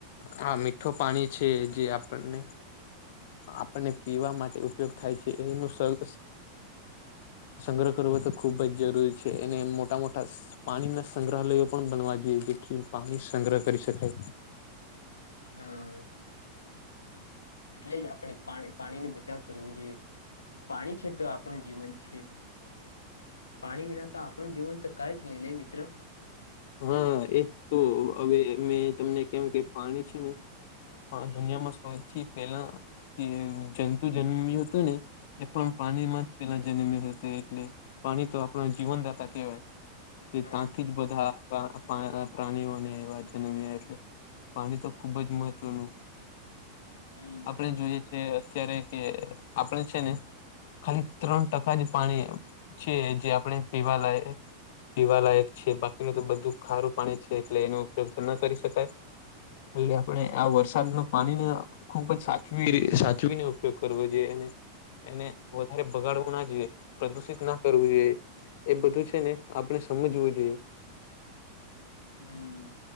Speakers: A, on the left; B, on the left.
A: હા મીઠું પાણી છે જે આપણને. આપણને પીવા માટે ઉપયોગ થાય છે એનું. સંગ્રહ કરવો તો ખુબ જ જરૂરી છે એને મોટા મોટા. પાણી ના સંગ્રહાલયો પણ બનવા જઈએ જેથી પાણી સંગ્રહ કરી શકાય.
B: હા. એટલે જ આપણે પાણી પાણી ને બચાવ કરવો જોઈએ. પાણી છે તો આપણું જીવન છે. પાણી વિના તો આપણું જીવન તો કંઈ જ લેલ મિત્ર.
A: હા એ તો હવે મેં તમને કેમ કે પાણી છે ને. આ દુનિયામાં સૌથી પહેલા જે જંતુ જન્મ્યું હતું ને. એ પણ પાણીમાં જ પેલા જન્મી હતો એટલે. પાણી તો આપણા જીવનદાતા કેહેવાય કે
B: હા
A: ત્યાંથી જ બધા. પ્રા પ્રાણીઓને એવા જન્મ્યા એટલે પાણી તો ખુબ જ મહત્વનું.
B: હમ
A: આપણે જોઈએ છે અત્યારે કે આપણે છે ને. ખાલી ત્રણ ટકા જ પાણી છે જે આપણે પીવા લાયક. પીવાલાયક છે બાકીનું તો બધું ખારું પાણી છે એટલે એનો ઉપયોગ ના કરી શકાય. એટલે આપણે આ વરસાદ નું પાણીને. ખુબ જ સાચવી સાચવીનો ઉપયોગ કરવો જોઈએ એને. એને વધારે બગાડવું ના જોઈએ પ્રદુષિત ના કરવું જોઈએ. એ બધું છે ને આપણે સમજવું જોઈએ.
B: હમ